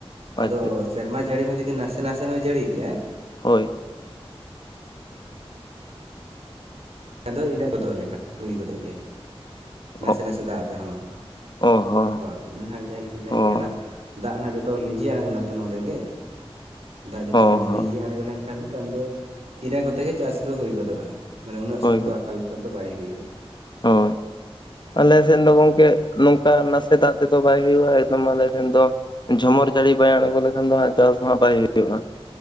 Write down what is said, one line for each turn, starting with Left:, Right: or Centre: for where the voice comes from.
Left: ᱟᱨ
Right: ᱟᱫᱚ
Left: ᱪᱮᱫ
Right: ᱥᱮᱨᱢᱟ ᱡᱟᱹᱲᱤ ᱦᱚᱸ ᱡᱩᱫᱤ ᱱᱟᱥᱮ ᱱᱟᱥᱮ ᱦᱚᱸᱭ ᱡᱟᱹᱲᱤ ᱠᱮᱭᱟ
Left: ᱦᱳᱭ ᱾
Right: ᱟᱫᱚ ᱤᱱᱟᱹᱜ ᱜᱚᱫᱚᱜ ᱞᱮᱠᱟ ᱦᱩᱭ ᱜᱚᱫᱚᱜ ᱜᱮᱭᱟ ᱾ ᱱᱟᱥᱮ
Left: ᱚ
Right: ᱱᱟᱥᱮ ᱫᱟᱜ ᱟᱛᱮ ᱦᱚᱸ
Left: ᱚ ᱦᱚᱸ
Right: ᱦᱳᱭ ᱱᱟᱦᱟᱜ ᱡᱟᱦᱟᱸ ᱞᱮᱠᱟᱧ ᱢᱮᱱ
Left: ᱦᱚᱸ
Right: ᱠᱮᱞᱟᱜ ᱫᱟᱜ ᱨᱮᱱᱟᱜ ᱡᱚᱛᱚ ᱞᱤᱸᱡᱤ ᱟᱬᱜᱚᱱᱟ ᱛᱚ ᱱᱚᱸᱰᱮ ᱜᱮ ᱾ ᱫᱟᱜ ᱡᱚᱛᱚ
Left: ᱦᱚᱸ
Right: ᱱᱚᱸᱰᱮ
Left: ᱦᱚᱸ
Right: ᱞᱤᱸᱡᱤ ᱟᱬᱜᱚ ᱞᱮᱱᱠᱷᱟᱱ ᱫᱚ ᱛᱟᱞ ᱫᱚ ᱤᱱᱟᱹ ᱠᱚᱛᱮ ᱜᱮ ᱪᱟᱥ ᱫᱚ ᱦᱩᱭ ᱜᱚᱫᱚᱜᱼᱟ ᱢᱟᱱᱮ
Left: ᱦᱳᱭ
Right: ᱛᱚ ᱟᱠᱟᱞ ᱛᱮ ᱫᱚ ᱵᱟᱭ ᱦᱩᱭᱩᱜ-ᱟ ᱾
Left: ᱦᱳᱭ, ᱟᱞᱮ ᱥᱮᱱ ᱫᱚ ᱜᱚᱝᱠᱮ ᱼᱼ ᱱᱚᱝᱠᱟ ᱱᱟᱥᱮ ᱫᱟᱜ ᱛᱮᱫᱚ ᱵᱟᱭ ᱦᱩᱭᱩᱜᱼᱟ ᱮᱠᱫᱚᱢ ᱟᱞᱮ ᱴᱷᱮᱱ ᱫᱚ ᱼᱼ ᱡᱷᱚᱢᱚᱨ ᱡᱟᱹᱲᱤ ᱵᱟᱭ ᱟᱬᱜᱚ ᱞᱮᱠᱷᱟᱱ ᱫᱚ ᱦᱟᱸᱜ ᱪᱟᱥ ᱫᱚ ᱦᱟᱸᱜ ᱵᱟᱭ ᱦᱩᱭᱩᱜᱼᱟ ᱾